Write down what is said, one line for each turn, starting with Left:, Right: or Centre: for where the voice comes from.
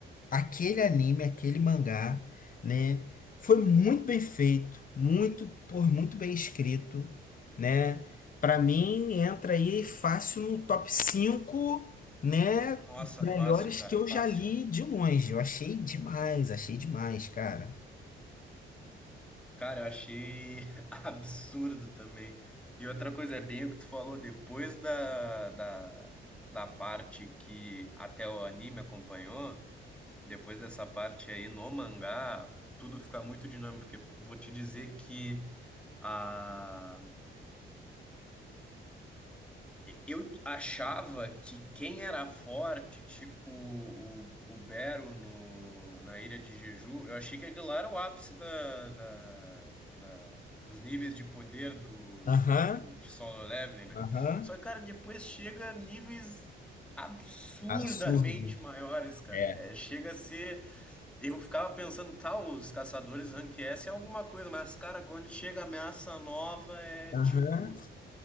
Left: aquele anime, aquele mangá, né? Foi muito bem feito, muito, por muito bem escrito, né? para mim entra aí fácil no top cinco né,
Centre: Nossa,
Left: melhores
Centre: fácil, cara,
Left: que eu
Centre: fácil.
Left: já li de longe. Eu achei demais, achei demais, cara.
Centre: Cara, eu achei <laughs> absurdo também. E outra coisa, é bem o que tu falou, depois da, da, da parte que até o anime acompanhou, depois dessa parte aí no mangá, tudo fica muito dinâmico, porque vou te dizer que a Eu achava que quem era forte, tipo o, o Bero no, na Ilha de Jeju, eu achei que aquilo lá era o ápice da, da, da- dos níveis de poder do,
Left: Aham,
Centre: do- de Solo Leveling, né?
Left: aham.
Centre: Só que, cara, depois chega a níveis absurdamente
Left: Absurdo.
Centre: maiores, cara.
Left: É.
Centre: É, chega a ser. Eu ficava pensando, tá, os caçadores rank S é alguma coisa, mas, cara, quando chega ameaça nova, é
Left: Aham.
Centre: tipo.